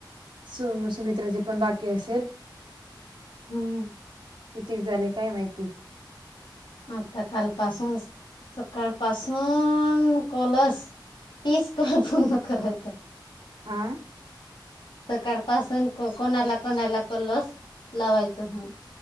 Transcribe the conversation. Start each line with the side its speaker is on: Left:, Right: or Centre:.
Right: सु सुमित्राचे पण बाकी असेल
Left: हम्म
Right: कितीक झाले काय माहिती
Left: आता कालपसून सकाळपसून कलस तेीच काळ पू्हा करायचं
Right: आं
Left: सकाळ पासून कोणाला कोणाला क लस लावायच हो